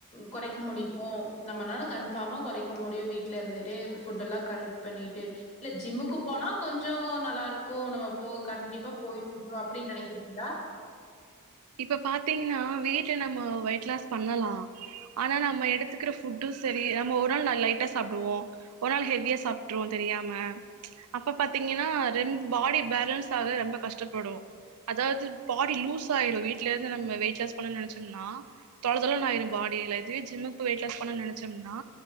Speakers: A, on the left; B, on the right.
A: கொறைக்க முடியுமோ நம்மனால கன்ஃபாமா கொறைக்க முடியு வீட்ல இருந்துட்டு ஃபுட் எல்லா கரிக் பண்ணிட்டு இல்ல ஜிம்முக்கு போனா கொஞ்சோ நல்லாருக் கு நம்ம போ கண்டிப்பா போயிட்டு இருந்தோ அப்டினு நினைக்கிறீங்ளா
B: இப்ப பாத்தீங்னா வீட்டு நம்ம வெயிட் லாஸ் பண்ணலா ஆனா நம்ம எடுத்துக்கிற ஃபுட்டு சரி நம்ம ஒரு நாள் லைட்டா சாப்டுவோ ஒரு நாள் ஹெவியா சாப்ட்ருவோ தெரியாம அப்ப பாத்தீங்கனா பாடி பேலன்ஸ் ஆக ரொம்ப கஷ்டப்படு அதாவது பாடி லூஸ் ஆயிடு வீட்ல இருந்து நம்ம வெயிட் லாஸ் பண்ணனு நெனச்சோம்னா தொளதொளனு ஆயிரு பாடி இதுவே ஜிம்முக்கு போயி வெயிட் லாஸ் பண்ண நெனச்சோம்னா